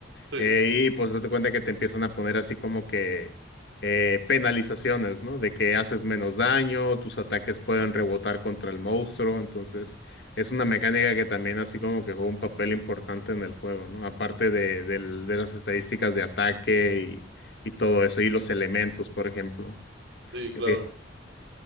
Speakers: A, on the right; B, on the left.
A: sí,
B: Eh, y pues date cuenta que te empiezan a poner así como que eh, penalizaciones, ¿no? De que haces menos daño, tus ataques pueden rebotar contra el monstruo, entonces es una mecánica que también así como que juega un papel importante en el juego, ¿no? Aparte de, del- de las estadísticas de ataque y, y todo eso, y los elementos, por ejemplo.
A: sí,
B: que
A: claro.
B: te-